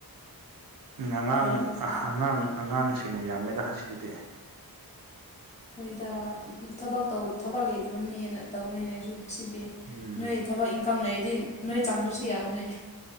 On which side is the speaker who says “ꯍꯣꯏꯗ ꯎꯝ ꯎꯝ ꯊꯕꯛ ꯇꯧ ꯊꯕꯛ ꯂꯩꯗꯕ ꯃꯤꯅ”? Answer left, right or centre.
Left